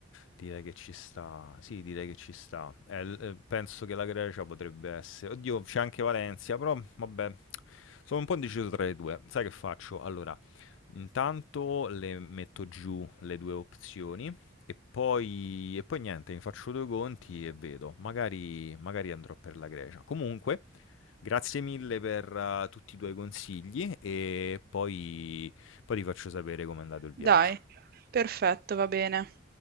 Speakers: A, on the left; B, on the right.
A: direi che ci sta. Sì, direi che ci sta. Eh, l- eh, penso che la Grecia potrebbe essere. Oddio, c'è anche Valencia, però vabbè, sono un po' indeciso tra le due. Sai che faccio? Allora, intanto le metto giù le due opzioni e poi, e poi niente, mi faccio due conti e vedo. Magari, magari andrò per la Grecia. Comunque, Grazie mille per, uhm, tutti i tuoi consigli e poi poi ti faccio sapere com'è andato il viaggio.
B: Dai, perfetto, va bene.